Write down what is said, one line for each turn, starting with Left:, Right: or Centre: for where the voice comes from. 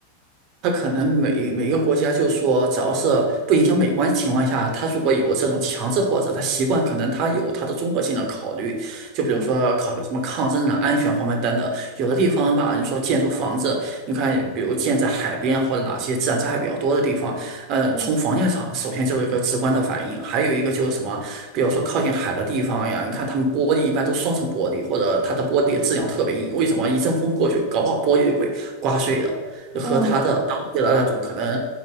Right: 它可能每每个国家就说，只要是不影响美观情况下，它如果有这种强制或者它习惯，可能它有它的综合性的考虑，就比如说考虑什么抗震啊、
Centre: 嗯，
Right: 安全方面等等。有的地方吧，你说建筑房子，你看比如建在海边或者哪些自然灾害比较多的地方，嗯，
Centre: 嗯
Right: 从房价上首先就有一个直观的反应，还有一个就是什么，比如说靠近海的地方呀，你看他们玻璃一般都双层玻璃，或者它的玻璃质量特别硬，为什么一阵风过去，搞不好玻璃就会刮碎了。和他的当地的那种可能
Centre: 嗯，